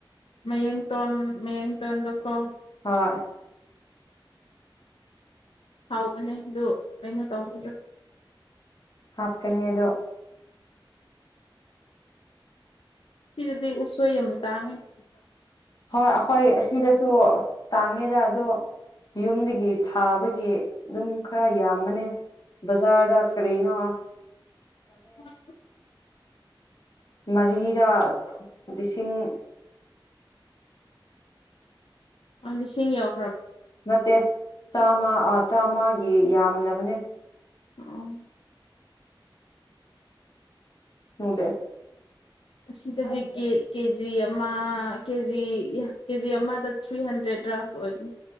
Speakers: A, on the left; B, on the left.
A: ꯃꯩꯌꯦꯡ ꯇꯣꯟꯣꯟ ꯃꯌꯦꯡ ꯇꯣꯟꯟ ꯑꯣ
B: ꯍꯣꯏ
A: ꯍꯥꯎꯕꯅꯦ ꯑ ꯀꯩꯅꯣ ꯇꯧꯕꯗ
B: ꯍꯥꯄꯅꯦꯗꯣ
A: ꯁꯤꯗꯗꯤ ꯎꯁꯣꯏ ꯑꯃ ꯇꯥꯡꯉꯁꯤ
B: ꯍꯣꯏ ꯑꯩꯈꯣꯏ ꯑꯁꯤꯗꯁꯨ ꯇꯥꯡꯉꯦꯗ ꯑꯗꯣ ꯌꯨꯝꯗꯒꯤ ꯊꯥꯕꯒꯤ ꯑꯗꯨꯝ ꯈꯔ ꯌꯥꯝꯕꯅꯦ ꯖꯥꯔ ꯀꯔꯤꯅꯥ
A: ꯍ
B: ꯃꯔꯤꯗ ꯂꯤꯁꯤꯡ
A: ꯑ ꯂꯤꯁꯤꯡ ꯌꯎ
B: ꯅꯠꯇꯦ ꯆꯥꯃ ꯆꯥꯝꯃꯒꯤ ꯌꯥꯝꯅꯕꯅꯦ
A: ꯑ
B: ꯍꯗ
A: ꯑꯁꯤꯗꯗꯤ ꯀꯦꯖꯤ ꯑꯃ ꯀꯦꯖꯤ ꯀꯦꯖꯤ ꯑꯃꯗ ꯊ꯭ꯔꯤ ꯍꯟꯗ꯭ꯔꯦꯗꯔꯥ ꯑꯣꯏ